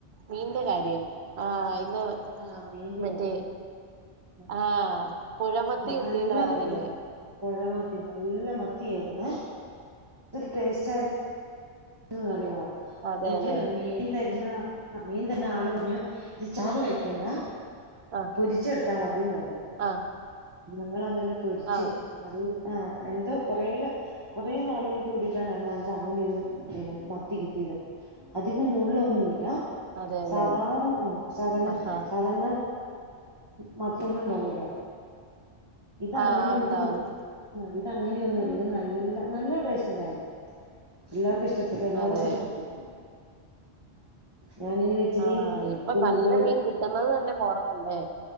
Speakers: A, on the right; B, on the right.
A: മീന്റെ കാര്യം ആഹ് ഇന്ന്
B: ആഹ് മീന്റെ
A: മറ്റേ
B: അഹ് <unintelligible>
A: ആ പുഴമത്തി കിട്ടീന്ന്
B: നല്ല
A: പറഞ്ഞില്ലേ
B: പൊഴമത്തി നല്ല മത്തി ആയിരുന്നേ എന്തൊരു ടേസ്റ്റായി ര്ന്നറിയോ
A: അതെല്ലേ
B: എന്നിട്ട് മീൻ തരുന്ന ആഹ് മീൻ തരുന്ന ആള് പറഞ്ഞു ഇത് ചാറ് വെക്കണ്ട
A: ആ
B: പൊരിച്ചെടുത്താ മതിന്ന് പറഞ്ഞു
A: ആ
B: ഞങ്ങളങ്ങനെ പൊരിച്ച്
A: ആ
B: നല്ല ആഹ് എന്തോ കൊറേ കൊറേ നാളുകളിൽ കൂടിട്ടാണ് ഞങ്ങക്ക് അങ്ങനൊരു പിന്നെ മത്തി കിട്ടിയത് അധികം മുള്ളൊന്നുല്ല
A: അതെല്ലേ
B: സാധാരണ സാധാരണ
A: ആഹാ
B: സാധാരണ മപുണ്ണ്ണ്ടാവൂല ഇതങ്ങനെയൊന്നുല്ല
A: ആ ഉണ്ടാവും
B: ആഹ് ഇത് അങ്ങനെയൊന്നുല്ല ഇത് നല്ല നല്ല ടേസ്റ്റ് ണ്ടായിരുന്നു പിള്ളർക്ക് ഇഷ്ട പ്പെട്ടു എല്ലാവർക്കും
A: അതെ
B: ഇഷ്ടപ്പെട്ടു ഞാനിങ്ങനെ ഇച്ചിരി
A: ആഹ് ഇപ്പൊ
B: പിന്നെ
A: നല്ല
B: വെളു
A: മീൻ കിട്ടുന്നത് തന്നെ കൊറവല്ലേ